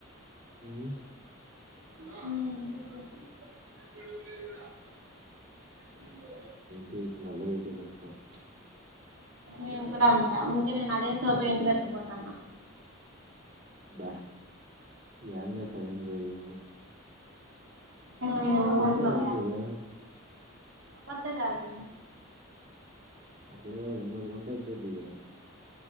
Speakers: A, on the right; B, on the right.
A: హ్మ్
B: ఆ
A: టితి నల్లగా అయితె చస్తావ్
B: నేను కూడా అంతా అందుకే నేను అదే సోపు ఇంటి ఎత్తుకు పోతున్న
A: బా యన్నే సామీ ఇన్ని రోజులు
B: మీ
A: కొత్త
B: ఊర్లో
A: వినాసయదా
B: కొత్తది యాది
A: అట్లా కాదు ఇంకోటి కొంటే అయిపోద్దిగా